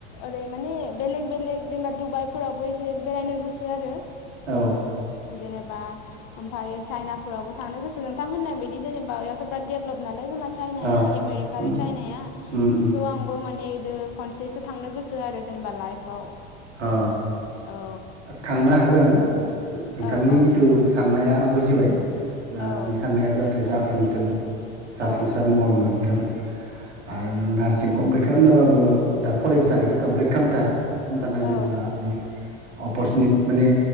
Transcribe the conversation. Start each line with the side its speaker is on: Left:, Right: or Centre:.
Left: ओरै माने बेलेग बेलेग जेनेबा दुबाइफोरावबो एसे बेरायनो गोसो आरो
Right: औ
Left: जेनेबा ओमफाय चाइनाफोरावबो थांनो गो सो नोंथां होननाय बायदि जेनेबा थ' बिराद देभलप नालाय जोंना चाइनाया
Right: अ
Left: आमेरिका
Right: उम
Left: आरो चाइनाया
Right: उम उम
Left: स' आंबो माने बि खनसेसो थांनो गोसो आरो जेनेबा लाइफआव
Right: अ
Left: औ
Right: थांनो हागोन। नोंथांनि
Left: औ औ
Right: जिथु
Left: नोंथां
Right: साननाया आंबो जिबाय दा
Left: औ
Right: बि साननाया जाहाथे जा फुंथों जाफुंसार
Left: औ
Right: महर मोनथों। आरो
Left: औ
Right: नों नार्सिं कमप्लिट खालामनाबाबो दा फरायबाय थानायखौ कमप्लिट खामथार। खामथार
Left: औ
Right: जेब्ला नों अपरसुनिट माने